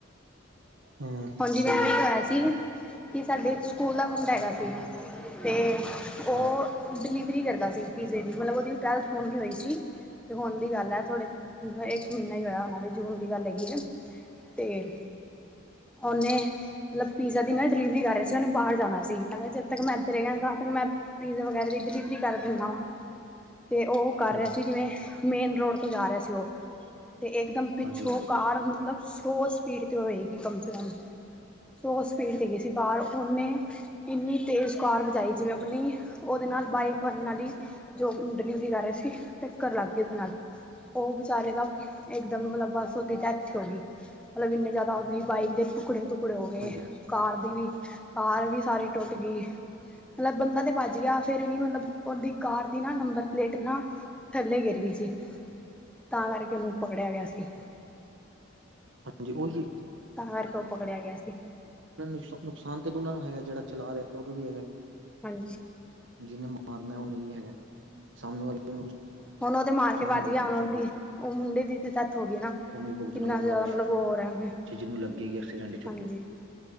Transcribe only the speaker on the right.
ਹੂੰ
ਸਹੀ
ਗੱਲ
ਅੱਛਾ
ਹਾਂਜੀ
ਹਾਂਜੀ
ਹਾਂਜੀ
ਹਾਂਜੀ
ਹਾਂਜੀ, ਓਹੀ
ਨੁਸਾ ਨੁਕਸਾਨ ਤੇ ਦੋਨਾਂ ਨੂੰ ਹੈਗਾ ਜੇੜਾ ਚਲਾ ਰਿਐ ਓਨੂੰ ਵੀ ਹੈਗੈ।
ਜਿਨੇ ਮਾਰਨਾ ਓਨੇ ਵੀ ਹੈਗਾ ਸਾਮਨੇ ਵਾਲੇ ਨੂੰ
ਨੁਕਸਾਨ
ਹੈਗਾ
ਕੁਛ
ਨਾ ਕੁਛ
ਉਹਨੂੰ ਵੀ ਭੁਗਤਣਾ
ਪਏਗਾ
ਬਾਅਦ
ਵਿੱਚ
ਜੇ ਜਿਹਨੂੰ ਲੱਗੇਗੀ ਐਕਸੀਡੈਂਟ ਚ